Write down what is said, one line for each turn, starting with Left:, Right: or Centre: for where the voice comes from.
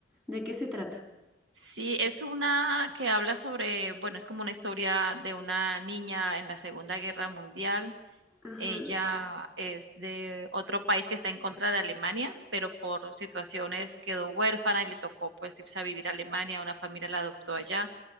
Centre: ¿De qué se trata?
Right: Sí, es una que habla sobre, bueno, es como una historia de una niña en la Segunda Guerra Mundial.
Centre: Ajá,
Right: Ella es de otro país que está en contra de Alemania, pero por situaciones quedó huérfana y le tocó pues irse a vivir a Alemania, una familia la adoptó allá.